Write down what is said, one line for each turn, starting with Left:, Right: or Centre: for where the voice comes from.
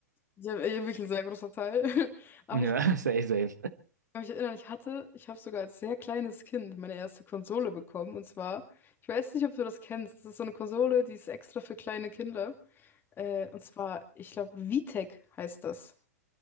Left: ja, ja, wirklich ein sehr großer Teil. <laughs> Aber
Right: Ja,
Left: ich
Right: <laughs> same, same.
Left: kann mich erinnern, ich hatte, ich habe sogar als sehr kleines Kind meine erste Konsole bekommen. Und zwar, ich weiß nicht, ob du das kennst. Das ist so eine Konsole, die ist extra für kleine Kinder. Äh, und zwar, ich glaube, Vitek heißt das.